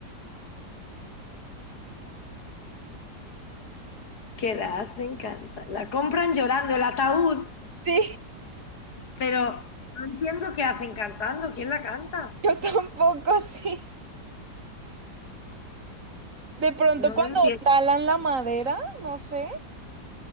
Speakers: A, on the left (about 60°); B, on the right (about 45°).
A: ¿Qué la hacen cantar? La compran llorando el ataúd,
B: Sí,
A: pero no entiendo qué hacen cantando. ¿Quién la canta?
B: yo tampoco, <laughs> sí. De pronto
A: No
B: cuando
A: lo entiendo.
B: talan la madera, no sé.